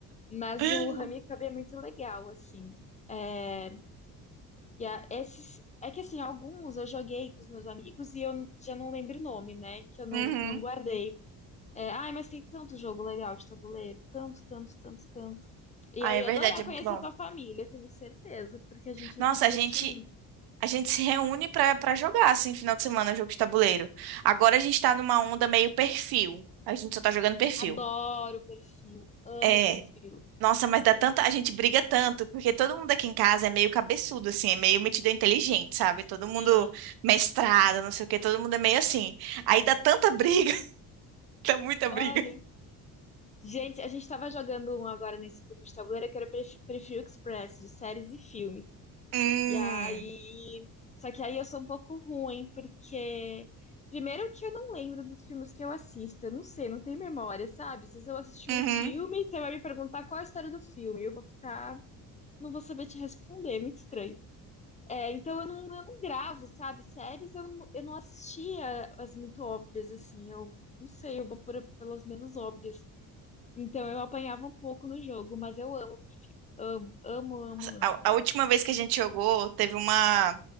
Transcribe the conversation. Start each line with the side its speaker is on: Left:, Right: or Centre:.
Left: Mas
Right: <laughs>
Left: o Ramikab é muito legal, assim. É, e a- esses, é que assim, alguns eu joguei com os meus amigos e eu já não lembro o nome, né? Que eu não,
Right: Uhum.
Left: não guardei. É, ai, mas tem tanto jogo legal de tabuleiro, tanto, tanto, tanto, tanto. E
Right: Ah,
Left: eu
Right: é
Left: ia
Right: verdade,
Left: adorar
Right: é muito
Left: conhecer
Right: bom.
Left: a tua família, eu tenho certeza, porque a gente ia
Right: Nossa,
Left: se divertir
Right: a gente
Left: muito.
Right: a gente se reúne pra para jogar assim final de semana jogo de tabuleiro. Agora a gente tá numa onda meio perfil. A gente só tá jogando perfil.
Left: Adoro o perfil, amo
Right: É.
Left: o perfil.
Right: Nossa, mas
Left: A
Right: dá
Left: gente,
Right: tanta, a gente briga tanto, porque todo mundo aqui em casa é meio cabeçudo assim, é meio metido inteligente, sabe? Todo mundo
Left: ah,
Right: mestrado, não sei o quê, todo mundo é meio assim. Aí dá tanta briga, <laughs> dá muita briga.
Left: olha, gente, a gente tava jogando um agora nesse grupo de tabuleiro que era Perfil Express, de séries e filmes.
Right: Hum.
Left: E aí. Só que aí eu sou um pouco ruim, porque. Primeiro que eu não lembro dos filmes que eu assisto, eu não sei, não tenho memória, sabe? Se eu assistir
Right: Uhum.
Left: um filme, você vai me perguntar qual é a história do filme, eu vou ficar. Não vou saber te responder, é muito estranho. É, então eu não, eu não gravo, sabe? Séries eu, não- eu não assistia as muito óbvias, assim, eu não sei, eu vou por, pelas menos óbvias. Então eu apanhava um pouco no jogo, mas eu amo, amo, amo, amo, amo.
Right: A, a última vez que a gente jogou, teve uma.